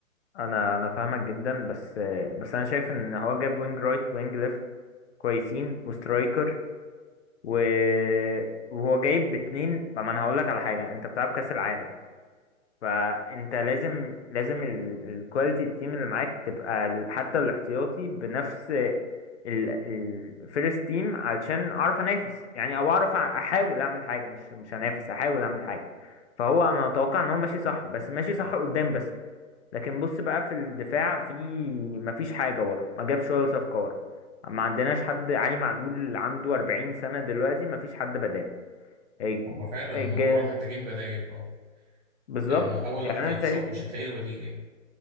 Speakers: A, on the left (about 55°); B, on the right (about 30°).
A: أنا أنا فاهمك جدا بس بس أنا شايف إن هو جاب وينج رايت وينج ليفت كويسين وسترايكر و- وهو جايب باتنين ما انا هقول لك على حاجه انت بتلعب كاس العالم فانت لازم لازم الكواليتي التيم اللي معاك تبقى ال- حتى الاحتياطي بنفس الفيرست تيم علشان اعرف انافس يعني او اعرف أ- احاول اعمل حاجه مش مش هنافس احاول اعمل حاجه فهو انا اتوقع ان هو ماشي صح بس ماشي صح قدام بس لكن بص بقى في الدفاع في مفيش حاجة ورا ما جابش ولا صفقة ورا ما عندناش حد علي معلول عنده 40 سنة دلوقتي مفيش حد بداله هيج-
B: هما فعلا
A: هيج-
B: ورا محتاجين بدايل اه
A: بالظبط
B: لان اول
A: يعني
B: واحد
A: انا
B: هيتصاب
A: شايف
B: مش هتلاقي له بديل يعني